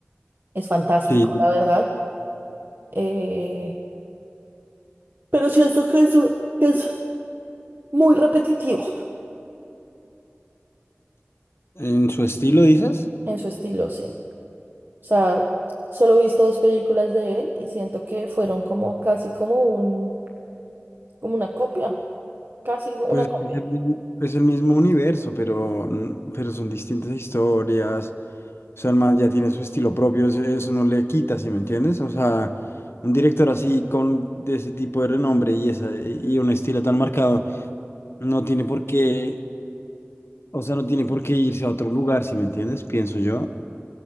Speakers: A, on the right (about 50°); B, on the left (about 70°).
A: es fantástico,
B: sí,
A: la verdad. eh, pero siento que es, un- que es muy repetitivo
B: en su estilo, dices.
A: en su estilo, sí. O sea, solo he visto dos películas de él y siento que fueron como casi como un como una copia, casi una
B: Pues
A: copia.
B: es el mismo, es el mismo universo, pero, mm, pero son distintas historias. O sea, el man ya tiene su estilo propio, eso, eso no le quita, ¿sí me entiendes? O sea, un director así con de ese tipo de renombre y esa y un estilo tan marcado no tiene por qué, o sea, no tiene por qué irse a otro lugar, ¿sí me entiendes? Pienso yo. O